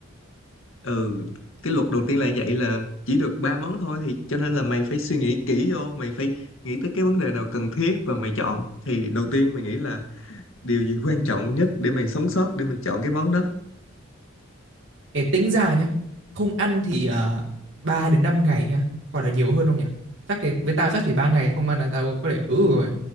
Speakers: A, on the left (about 70°); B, on the right (about 60°).
A: Ừ, cái luật đầu tiên là như vậy là chỉ được ba món thôi, thì cho nên là mày phải suy nghĩ kỹ vô, mày phải nghĩ tới cái vấn đề nào cần thiết và mày chọn. Thì đầu tiên mày nghĩ là điều gì quan trọng nhất để mày sống sót, để mình chọn cái món đó.
B: Ê, tính ra nhá không ăn thì à, 3 đến 5 ngày ha hoặc là nhiều hơn không nhỉ chắc thì với tao chắc chỉ 3 ngày không ăn là tao có thể ứ rồi